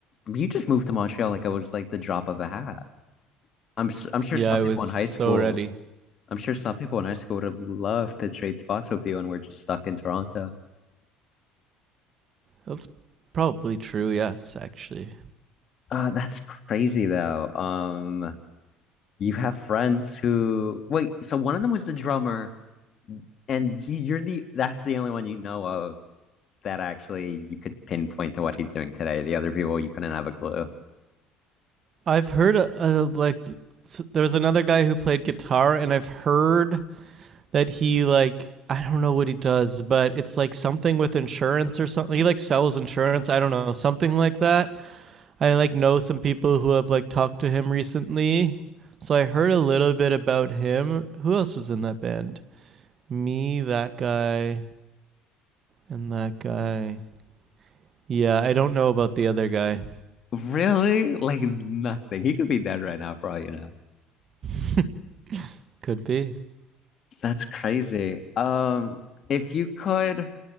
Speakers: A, on the left (about 40°); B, on the right (about 40°).
A: you just moved to Montreal like I was like the drop of a hat. I'm s- I'm sure
B: Yeah,
A: some
B: I
A: people
B: was so
A: in high school,
B: ready.
A: I'm sure some people in high school would have loved to trade spots with you, and we're just stuck in Toronto.
B: That's probably true. Yes, actually,
A: Uh, that's crazy though. Um, you have friends who wait. So one of them was the drummer and he, you're the that's the only one you know of that actually you could pinpoint to what he's doing today. The other people you couldn't have a clue.
B: I've heard a, a like. there was another guy who played guitar, and I've heard that he like. I don't know what he does, but it's like something with insurance or something. He like sells insurance. I don't know something like that. I like know some people who have like talked to him recently. So I heard a little bit about him. Who else was in that band? Me, that guy, and that guy. Yeah, I don't know about the other guy.
A: Really? Like nothing. He could be dead right now for all you know.
B: <laughs> Could be.
A: That's crazy. Um, if you could